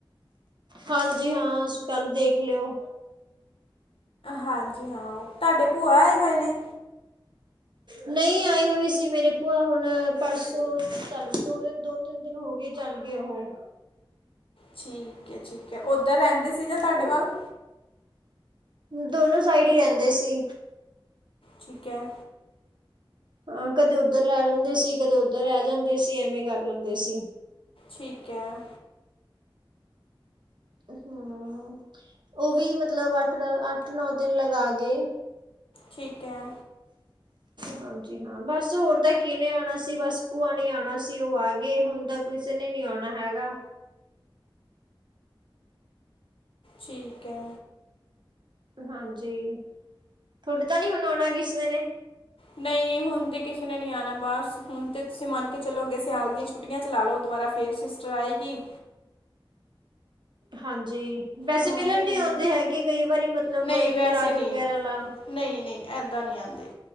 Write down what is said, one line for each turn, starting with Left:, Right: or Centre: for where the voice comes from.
Right: ਹਾਂਜੀ ਹਾਂ ਸੀ ਕੱਲ ਦੇਖ ਲਿਓ।
Left: ਹਾਂਜੀ ਹਾਂ। ਤੁਹਾਡੇ ਭੂਆ ਆ? ਹੋਏ ਨੀ।
Right: ਨਹੀਂ ਆਈ ਹੋਈ ਸੀ ਮੇਰੀ ਭੂਆ ਹੁਣ ਪਰਸੋਂ ਚੱਲ ਦੋ ਦਿਨ ਦੋ ਤਿੰਨ ਦਿਨ ਹੋ ਗਏ ਚੱਲ ਗਏ ਉਹ।
Left: ਠੀਕ ਹੈ ਠੀਕ ਹੈ ਔਦਰ ਰਹਿੰਦੇ ਸੀ ਜਾਂ ਤੁਹਾਡੇ
Right: ਉਹ
Left: ਵੱਲ?
Right: ਦੋਨੋ ਸਾਈਡ ਹੀ ਰਹਿੰਦੇ ਸੀ।
Left: ਠੀਕ ਹੈ।
Right: ਹਾਂ ਕਦੇ ਉੱਧਰ ਰਹਿ ਲੈਂਦੇ ਸੀ ਕਦੇ ਉੱਧਰ ਰਹਿ ਜਾਂਦੇ ਸੀ ਐਵੇਂ ਕਰ ਲੈਂਦੇ ਸੀ।
Left: ਠੀਕ ਹੈ।
Right: ਹਮ ਉਹ ਵੀ ਮਤਲਬ ਅੱਠ ਦਾ ਅੱਠ ਨੌ ਦਿਨ ਲਗਾ ਗਏ।
Left: ਠੀਕ ਹੈ।
Right: ਹਾਂਜੀ ਹਾਂ ਬਸ ਹੋਰ ਤਾਂ ਕਿਹਨੇ ਆਉਣਾ ਸੀ ਬਸ ਭੂਆ ਨੇ ਆਉਣਾ ਸੀ ਉਹ ਆ ਗਏ ਹੁਣ ਤਾਂ ਕਿਸੇ ਨੇ ਨੀ ਆਉਣਾ ਹੈਗਾ।
Left: ਠੀਕ ਹੈ।
Right: ਹਾਂਜੀ ਤੁਹਾਡੇ ਤਾਂ ਨਹੀਂ ਹੁਣ ਆਉਣਾ ਕਿਸੇ ਨੇ?
Left: ਨਹੀਂ ਹੁਣ ਤੇ ਕਿਸੇ ਨੇ ਨਹੀਂ ਆਉਣਾ ਬਸ ਹੁਣ ਤੇ ਤੁਸੀਂ ਮੰਨ ਕੇ ਚਲੋ ਅੱਗੇ ਸਿਆਲ ਦੀਆਂ ਛੁੱਟੀਆਂ ਚ ਲਾ ਲੋਓ ਦੁਬਾਰਾ। ਫਿਰ ਸਿਸਟਰ ਆਏਗੀ?
Right: ਹਾਂਜੀ। ਵੈਸੇ
Left: ਹੁਣ
Right: ਮਿਲਣ
Left: ਤਾਂ ਕਿੰਨੇ
Right: ਨੀ ਆਉਂਦੇ ਹੈਗੇ ਕਈ ਵਾਰੀ ਮਤਲਬ
Left: ਨਹੀਂ
Right: ਇੱਕ
Left: ਵੈਸੇ
Right: ਰਾਤ
Left: ਨਹੀਂ
Right: ਵਗੈਰਾ ਲਾ
Left: ਨਹੀਂ ਨਹੀਂ ਇੱਦਾਂ ਨਹੀਂ ਆਉਂਦੇ